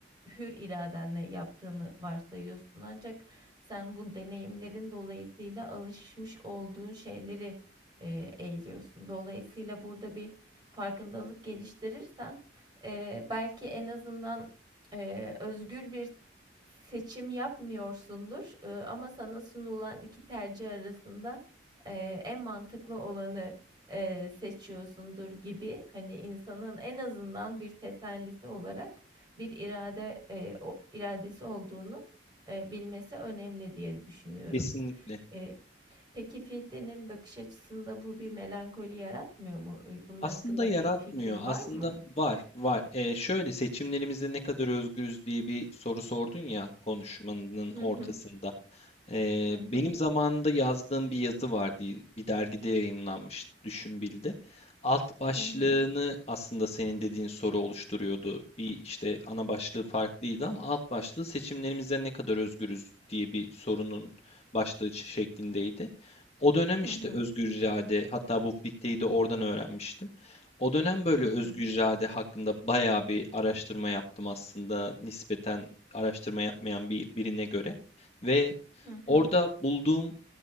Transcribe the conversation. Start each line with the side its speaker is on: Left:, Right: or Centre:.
Right: hür iradenle yaptığını varsayıyorsun. Ancak sen bu deneyimlerin dolayısıyla alışmış olduğun şeyleri e, eğiliyorsun. Dolayısıyla burada bir farkındalık geliştirirsen e, belki en azından e, özgür bir seçim yapmıyorsundur. E, ama sana sunulan iki tercih arasında e, en mantıklı olanı e, seçiyorsundur gibi hani insanın en azından bir tesellisi olarak bir irade e, o iradesi olduğunu e, bilmesi önemli diye düşünüyorum.
Left: Kesinlikle.
Right: E, peki Fichte'nin bakış açısında bu bir melankoli yaratmıyor mu? E, Bunun
Left: Aslında
Right: hakkında
Left: yaratmıyor.
Right: bir fikrin
Left: Aslında
Right: var mı?
Left: var, var. Ee, şöyle seçimlerimizde ne kadar özgürüz diye bir soru sordun ya konuşmanın
Right: Hı
Left: ortasında.
Right: hı.
Left: Ee,
Right: Hı hı.
Left: benim zamanında yazdığım bir yazı vardı. Bir dergide yayımlanmıştı, Düşünbil'de. Alt başlığını
Right: Hı hı.
Left: aslında senin dediğin soru oluşturuyordu. Bir işte ana başlığı farklıydı ama alt başlığı seçimlerimizde ne kadar özgürüz diye bir sorunun başlığı ç- şeklindeydi. O dönem
Right: Hı
Left: işte
Right: hı.
Left: özgür irade, hatta bu fitteyi de oradan öğrenmiştim. O dönem böyle
Right: Hı
Left: özgür
Right: hı.
Left: irade hakkında bayağı bir araştırma yaptım aslında nispeten araştırma yapmayan bir, birine göre. Ve
Right: Hı hı.
Left: Orada bulduğum